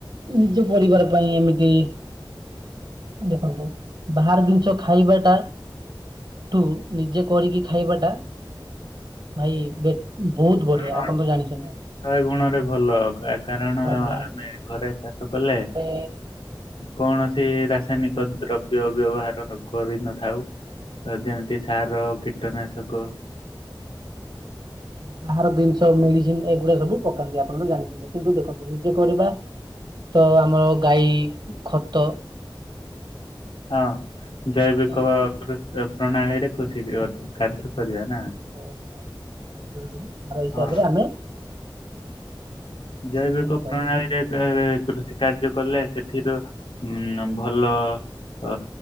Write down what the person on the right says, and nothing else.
ନିଜ ପରିବାର ପାଇଁ ଏମିତି ଦେଖନ୍ତୁ। ବାହାର ଜିନିଛ ଖାଇବା ଟା? ତୁ ନିଜେ କରିକି ଖାଇବା ଟା ଭାଇ ବହୁତ ବଢିଆ
ଆପଣ ତ ଜାଣିଛନ୍ତି?
ମାଗଣାର
ବାହାରେ
ବାହାର ଜିନିଷ ମେଡିସିନ ଏଗୁଡା ସବୁ ପକାନ୍ତି ଆପଣ ତ ଜାଣିଛନ୍ତି କିନ୍ତୁ ଦେଖନ୍ତୁ ନିଜେ କରିବା। ତ ଆମର ଗାଈ ଖତ।
ଏଗୁଡା
ସବୁ ତାର ହିସାବରେ
ଆମେ
ଢାଳିଥାଉ।